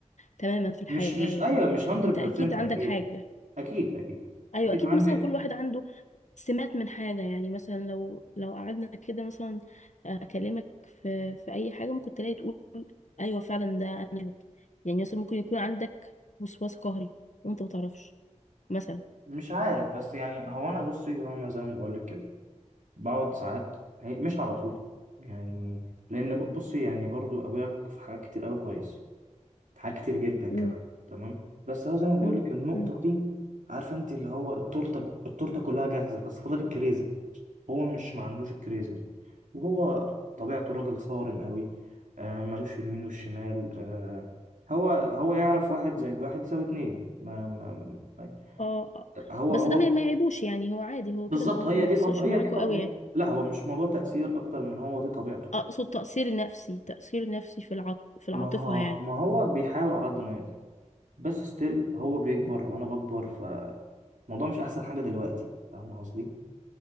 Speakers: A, on the left; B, on the right.
A: تماما في الحياة
B: مش مش ايوه
A: يعني
B: مش 100%
A: أنت أكيد عندك
B: اكيد
A: حاجة
B: اكيد اكيد
A: أيوة
B: اكيد
A: أكيد
B: عندي
A: مثلا كل واحد عنده سمات من حاجة يعني مثلا لو لو قعدنا كده مثلا آه، أكلمك في في أي حاجة ممكن تلاقي تقول أيوة فعلا ده أنا ده. يعني مثلا ممكن يكون عندك وسواس قهري وأنت متعرفش مثلا
B: مش عارف بس يعني هو انا بصي هو انا زي ما بقول لك كده بقعد ساعات هي- مش على طول يعني لان ب- بصي يعني برضو ابويا في حاجات كتير قوي كويس حاجات كتير جدا
A: مم.
B: كمان تمام بس هو زي ما بقول
A: مم.
B: لك النقطة
A: مم.
B: دي عارفة انت اللي هو التورتة التورتة كلها جاهزة بس فاضل الكريزة هو مش ما عندوش الكريزة دي وهو طبيعته راجل صارم قوي آه ملوش في اليمين والشمال آه هو هو يعرف واحد زائد واحد يساوي اتنين ما ما ما-
A: اه آه.
B: هو
A: بس
B: هو
A: ده ما ما يعيبوش يعني هو عادي هو
B: بالظبط
A: كده ما ما
B: هي دي
A: أثرش
B: طب هي
A: معاكوا
B: دي طب
A: قوي يعني
B: لا هو مش موضوع تأثير أكتر من هو دي طبيعته
A: أقصد تأثير نفسي تأثير نفسي في العاط في العاطفة
B: ما هو
A: يعني
B: ما هو بيحاول على قد ما يقدر بس ستيل هو بيكبر وأنا بكبر الموضوع مش احسن حاجه دلوقتي فاهم قصدي